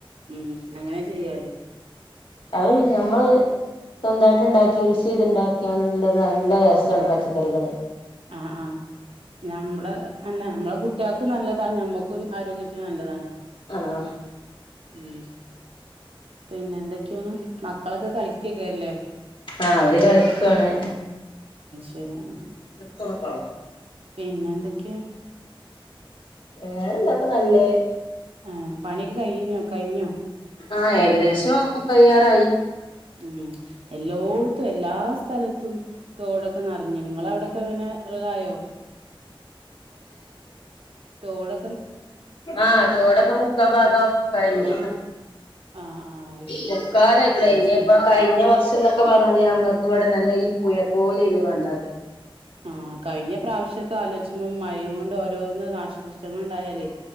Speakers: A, on the right; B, on the left.
A: ഉം അങ്ങനെ ചെയ്യാത്
B: അഹ് ഞമ്മള് സ്വന്തായിട്ട് ഇണ്ടാക്കി ചെയ്ത് ഇണ്ടാക്ക്യാണ്ട് <unintelligible> ഇത് നല്ല രസണ്ട് പച്ചക്കറികള്
A: അഹ് അഹ് ഞമ്മളെ എന്നെ ഞമ്ല കുട്ട്യേ ഇത് നല്ലതാണ് നമ്മക്കും ആരോഗ്യത്തിന് നല്ലതാണ്
B: ആഹ്
A: ഉം പിന്നെന്തൊക്കേണ് മക്കളൊക്കെ കളിക് ക്കേക്കേറ് ല്ലെ
B: ആ അവര് കളികണ്
A: പിന്നണ്
B: എത്തറ പാ
A: പിന്നെതൊക്കെയാ
B: വേറെ എന്താപ്പോ നല്ലത്
A: ആ പണി ഒക്കെ കഴിഞ്ഞോ കഴിഞ്ഞോ
B: ആ ഏകദേശം കയ്യാറായി
A: ഉം എല്ലോടത്തും എല്ലാ സ് സ്ഥലത്തും തോടൊക്കെ നറഞ്ഞ് നിങ്ങളെ അവിടൊക്കെ പിന്നെ ഇങ്ങനയൊ തോടൊ
B: ആ തോടൊക്കെ മുക്കാ ഭാഗം കഴിഞ്ഞു
A: ആഹ് ആഹ്
B: മുക്കാലയിക്കണ്
A: അത്
B: ഇനി
A: ശരി
B: അപ്പകഴിഞ്ഞ വർഷം തോ ഒക്കെ പറഞ്ഞാല് ഞങ്ങക്ക് ഇവിടെ നല്ല ഈ പുഴ പോലെഇഞ്ഞ് കണ്ടാൽ
A: ആ കഴിഞ്ഞ പ്രാവശ്യക്കെ ആലോചിച്ചമ്പം മഴ കൊണ്ട് ഓരോന്ന് നാഷ് നഷ്ടങ്ങൾ ഉണ്ടായാലേ